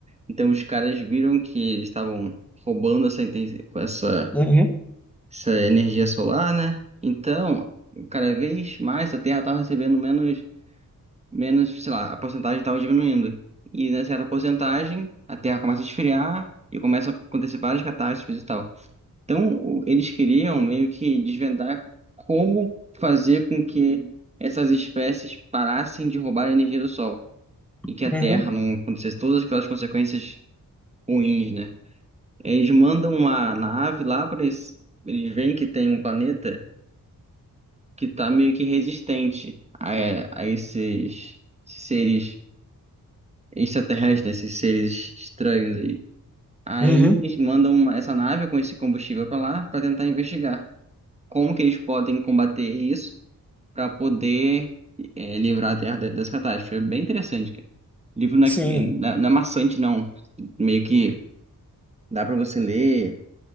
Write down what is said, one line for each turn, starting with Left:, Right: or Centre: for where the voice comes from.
Right: Então os caras viram que eles estavam roubando essa, inten- com essa,
Centre: Uhum,
Right: essa energia solar, né? Então, cada vez mais a Terra estava recebendo menos menos, sei lá, a porcentagem estava diminuindo. E nessa certa porcentagem, a Terra começa a esfriar e começa a acontecer várias catástrofes e tal. Então, o- eles queriam meio que desvendar como fazer com que essas espécies parassem de roubar a energia do Sol e que a
Centre: uhum,
Right: Terra não acontecesse todas aquelas consequências ruins, né? Eles mandam uma nave lá para eles, eles veem que tem um planeta que está meio que resistente a, a esses seres extraterrestres, esses seres estranhos aí. Aí
Centre: uhum.
Right: eles mandam uma- essa nave com esse combustível para lá para tentar investigar como que eles podem combater isso para poder é, livrar a Terra de- dessa catástrofe. É bem interessante, cara. O livro não
Centre: Sim.
Right: é, é- não é- não é maçante, não. Meio que dá para você ler.